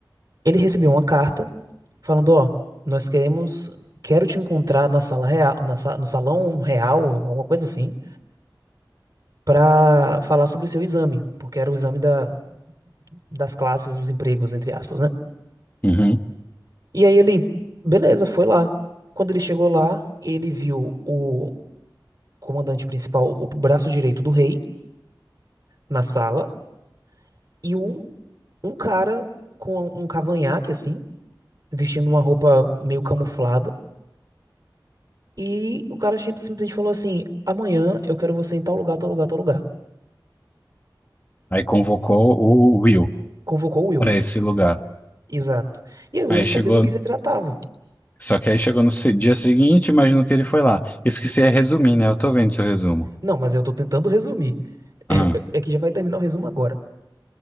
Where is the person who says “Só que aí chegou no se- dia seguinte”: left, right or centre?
Left